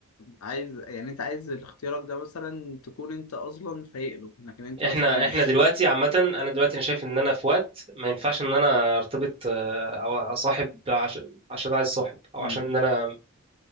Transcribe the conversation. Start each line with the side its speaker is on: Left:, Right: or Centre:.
Left: عايز يعني انت عايز اختيارك ده مثلا تكون انت اصلا فايق له لكن انت
Right: احنا
Left: مثلا مش
Right: احنا دلوقتي عامة انا دلوقتي انا شايف ان انا في وقت ما ينفعش ان انا ارتبط آه، او اصاحب عشان عشان عايز صاحب او
Left: مم.
Right: عشان ان انا